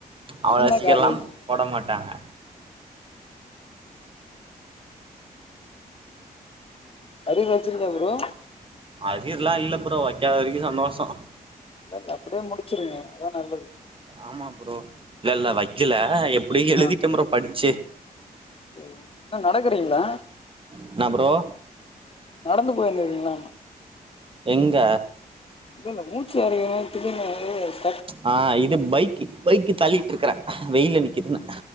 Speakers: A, on the left; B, on the right.
A: அது
B: அவ்ளோ
A: என்ன
B: சீக்கிரம்ல்லாம்
A: காலேஜ்
B: போட மாட்டாங்க
A: அரியர் வச்சிகிர்யா ப்ரோ
B: அரியர்லாம் இல்ல ப்ரோ வைக்காத வரைக்கு சந்தோசோ
A: இதல்ல அப்டியே முடிச்சிருங்க அதா நல்லது
B: ஆமா ப்ரோ இல்ல இல்ல வைக்கல எப் ப்புடி எழுதிட்ட
A: ஆ
B: ப்ரோ படிச்சு
A: சரி என்ன நடக்கறீங்களா
B: என்ன ப்ரோ
A: நடந்து போயிருந்தீங்களா
B: எங்க
A: இல் இல்ல மூச்சு எழைக்கற <unintelligible>
B: ஆ இது பைக் பைக்கு தள்ளிட்டு இருக்கறேன் வெயில நிக்குதுனு